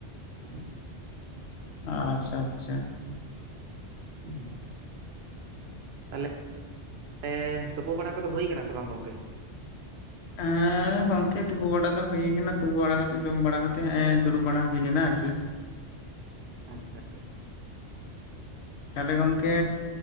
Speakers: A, on the right; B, on the left.
A: ᱦᱩᱸ,
B: ᱟᱪᱪᱷᱟ ᱟᱪᱪᱷᱟ,
A: <inaudible> ᱛᱟᱞᱮ ᱮᱻ ᱛᱩᱯᱩ ᱵᱟᱲᱟ ᱠᱚᱫᱚ ᱦᱩᱭ ᱟᱠᱟᱱᱟ ᱥᱮ ᱵᱟᱝ ᱜᱚᱝᱠᱮ?
B: ᱮᱸᱻ ᱜᱚᱝᱠᱮ ᱛᱩᱯᱩ ᱵᱟᱲᱟ ᱫᱚ ᱦᱩᱭ ᱠᱟᱱᱟ ᱛᱩᱯᱩ ᱵᱟᱲᱟ ᱠᱟᱛᱮ ᱡᱚᱢ ᱵᱟᱲᱟ ᱠᱟᱛᱮᱸ ᱦᱮᱸᱜ ᱮᱸ ᱫᱩᱲᱩᱵ ᱵᱟᱲᱟ ᱦᱩᱭ ᱞᱮᱱᱟ᱾ ᱟᱨ ᱪᱮᱫ
A: ᱟᱪᱪᱷᱟ,
B: ᱛᱟᱦᱚᱞᱮ ᱜᱚᱝᱠᱮ